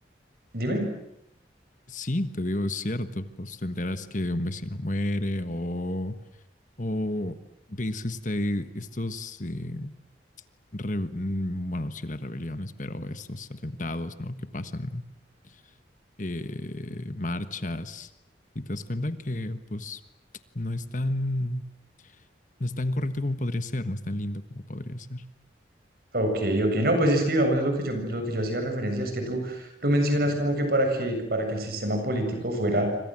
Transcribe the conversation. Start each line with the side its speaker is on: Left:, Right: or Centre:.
Right: Dime.
Left: Sí, te digo, es cierto, pues te enteras que un vecino muere o, o ves este, estos, eh, re- mm, bueno, sí las rebeliones, pero estos atentados, ¿no? Que pasan eh, marchas y te das cuenta que pues no es tan, no es tan correcto como podría ser, no es tan lindo como podría ser.
Right: Ok, ok, no, pues es que digamos lo que yo, lo que yo hacía referencia es que tú, tú mencionas como que para que, para que el sistema político fuera,